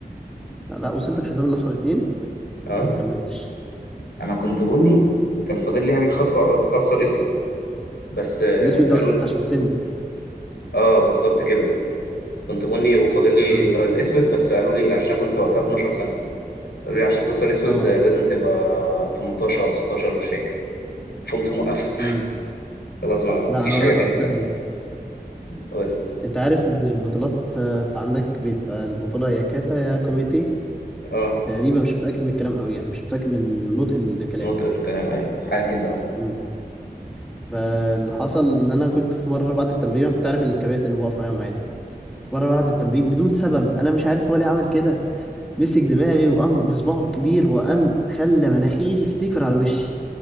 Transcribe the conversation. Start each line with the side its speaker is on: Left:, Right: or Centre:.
Centre: لا وصلت الحزام الاصفر اتنين
Left: اه
Centre: وما كملتش
Left: انا كنت بني كان فاضل لي يعني الخطوة ابصر اسود بس آه،
Centre: الاسود ده
Left: قالوا
Centre: بس
Left: لي
Centre: عشان سني
Left: اه بالظبط كده كنت بني وفاضل لي
Centre: امم
Left: اللي هو الاسود بس قالوا لي عشان كنت وقتها 12 سنة قالوا لي عشان توصل اسود
Centre: اه
Left: آه، لازم تبقى 18 او 16 مش فاكر فقمت موقفها
Centre: امم
Left: <laughs> خلاص ما
Centre: لا
Left: فيش
Centre: انا اقول
Left: حاجة
Centre: لك
Left: تاني
Centre: وقفتها
Left: تاني
Centre: ليه
Left: قولي
Centre: انت عارف ان البطولات آه، انت عندك بيبقى البطوله يا كاتا يا كوميتي
Left: اه
Centre: تقريبا مش متاكد من الكلام قوي يعني مش متاكد من نطق الكلام
Left: نطق الكلام ايوه حاجة كده اه
Centre: امم فاللي حصل ان انا كنت في مره بعد التمرين أنا كنت عارف الكباتن انه بقف معاهم عادي مره بعد التمرين بدون سبب انا مش عارف هو ليه عمل كده مسك دماغي وقام بصباعه الكبير وقام خلى مناخيري ستيكر على وشي